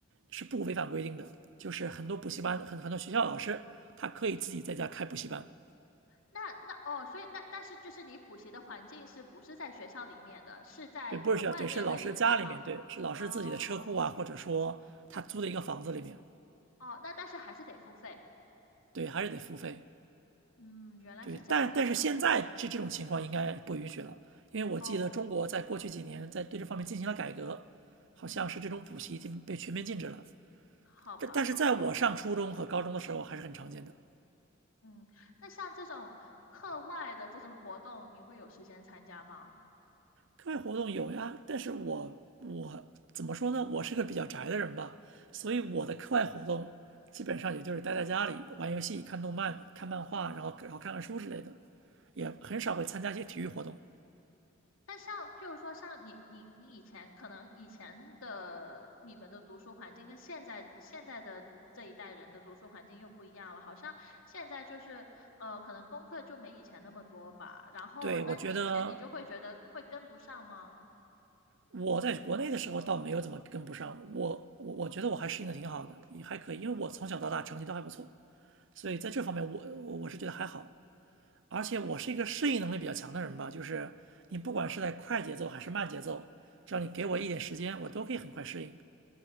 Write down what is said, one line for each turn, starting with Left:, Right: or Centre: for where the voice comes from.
Right: 是不违反规定的，就是很多补习班很很多学校老师他可以自己在家开补习班，
Left: 那那哦，所以但但是就是你补习的环境是不是在学校里面的，是在可能外面的一个地方？
Right: 对，不是学校，对，是老师家里面，对，是老师自己的车库啊，
Left: 哦
Right: 或者说他租的一个房子里面，
Left: 哦，那但是还是得付费。
Right: 对，还是得付费。
Left: 嗯，原来是这样子。
Right: 对，但但是现在这这种情况应该不允许了，因为我记得中国在过去几年在对这方面进行了改革，
Left: 哦，
Right: 好像是这种补习已经被全面禁止了。
Left: 嗯，好吧，
Right: 但但是在我上初中和高中的时候还是很常见的。
Left: 好吧。嗯，那像这种课外的这种活动，你会有时间参加吗？
Right: 课外活动有呀，但是我我怎么说呢？我是个比较宅的人吧，所以我的课外活动基本上也就是待在家里玩游戏、看动漫、看漫画，然后然后看看书之类的，也很少会参加一些体育活动。
Left: 但像譬如说，像你你你以前可能以前的你们的读书环境跟现在现在的这一代人的读书环境又不一样了，好像现在就是呃，可能功课就没以前那么多吧。然后，
Right: 对，
Left: 那你以前你就会觉得会跟不上吗？
Right: 我觉得我在国内的时候倒没有怎么跟不上，我我我觉得我还适应的挺好的，也还可以，因为我从小到大成绩都还不错，所以在这方面我我是觉得还好。
Left: 嗯
Right: 而且我是一个适应能力比较强的人吧，就是你不管是在快节奏还是慢节奏，只要你给我一点时间，我都可以很快适应。